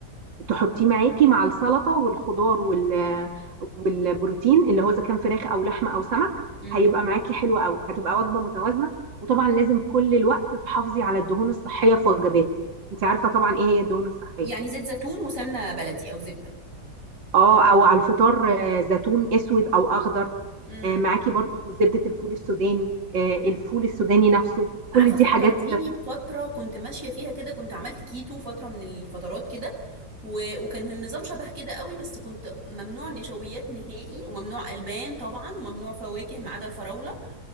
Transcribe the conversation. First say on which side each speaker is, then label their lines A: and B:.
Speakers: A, on the right; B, on the right.
A: تحطيه معاكي مع السلطه والخضار وال... والبروتين اللي هو اذا كان فراخ او لحمه او سمك
B: امم
A: هيبقى معاكي حلو قوي هتبقى وجبه متوازنه وطبعا لازم كل الوقت تحافظي على الدهون الصحيه في وجباتك انت عارفه طبعا ايه هي الدهون الصحيه
B: يعني زيت زيتون وسمنة بلدي او زبدة
A: اه او على الفطار آه، زيتون اسود او اخضر
B: امم
A: آه، معاكي برضو زبده الفول السوداني آه، الفول السوداني نفسه كل
B: عارفة
A: دي
B: فكرتيني
A: حاجات
B: بفترة كنت ماشية فيها كده كنت عملت كيتو فترة من الفترات كده و... وكان النظام شبه كده قوي بس كنت ممنوع نشويات نهائي وممنوع ألبان طبعا وممنوع فواكه ما عدا الفراولة